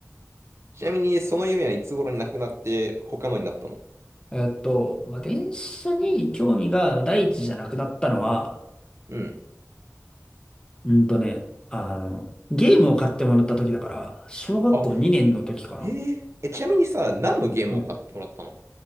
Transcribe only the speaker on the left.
えっと、まあ、電車に興味が第一じゃなくなったのは、
うんとね、あの、ゲームを買ってもらった時だから、小学校2年の時かな。
うん。